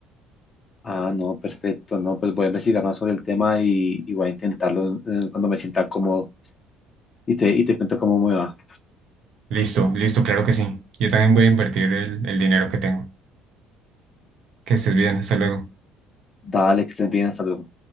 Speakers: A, on the left; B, on the right.
A: Ah, no, perfecto, no, pues voy a investigar más sobre el tema y, y voy a intentarlo eh, cuando me sienta cómodo y te, y te cuento cómo me va.
B: Listo, listo, claro que sí. Yo también voy a invertir el, el dinero que tengo. Que estés bien, hasta luego.
A: Dale, que estés bien, hasta luego.